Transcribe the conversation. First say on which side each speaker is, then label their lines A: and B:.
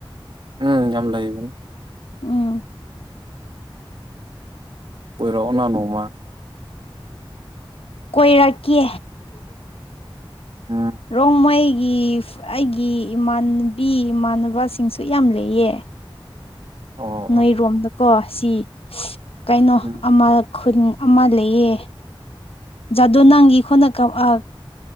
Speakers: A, on the right (about 60°); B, on the left (about 90°).
A: ꯎꯝ ꯌꯥꯝ ꯂꯩꯕꯅꯤ
B: ꯎꯝ
A: ꯄꯣꯏꯔꯣꯅ ꯅꯣꯡꯃ
B: ꯀꯣꯏꯔꯛꯀꯦ
A: ꯎꯝ
B: ꯔꯣꯡꯃꯩ ꯑꯩꯒꯤ ꯑꯩꯒꯤ ꯏꯃꯥꯟꯅꯕꯤ ꯏꯃꯥꯟꯅꯕꯁꯤꯡꯁꯨ ꯌꯥꯝ ꯂꯩꯌꯦ
A: ꯑꯣ
B: ꯅꯣꯏꯔꯣꯝꯗꯀꯣ
A: ꯑꯣ
B: ꯁꯤ ꯀꯩꯅꯣ
A: ꯎꯝ
B: ꯑꯃ ꯈꯨꯟ ꯑꯃ ꯂꯩ ꯂꯩꯌꯦ ꯖꯥꯗꯣꯅꯥꯡꯒꯤ ꯈꯨꯟꯅ ꯀꯛꯑ